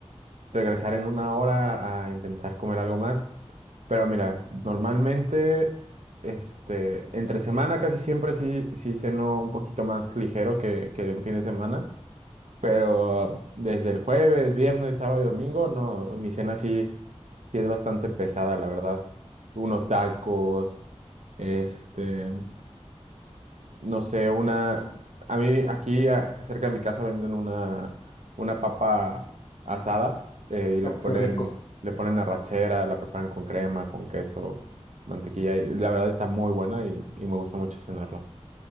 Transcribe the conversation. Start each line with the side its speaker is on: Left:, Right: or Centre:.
Right: regresar en una hora a intentar comer algo más. Pero mira, normalmente este, entre semana casi siempre sí, sí ceno un poquito más ligero que, que en fin de semana. Pero desde el jueves, viernes, sábado y domingo, no, mi cena sí, sí es bastante pesada, la verdad. Unos tacos, este, no sé, una... A mí aquí a- cerca de mi casa venden una, una papa asada eh, y le
Left: Ah,
Right: ponen,
Left: qué rico.
Right: le ponen arrachera, la preparan con crema, con queso, mantequilla y la verdad está muy buena y, y me gusta mucho cenarla.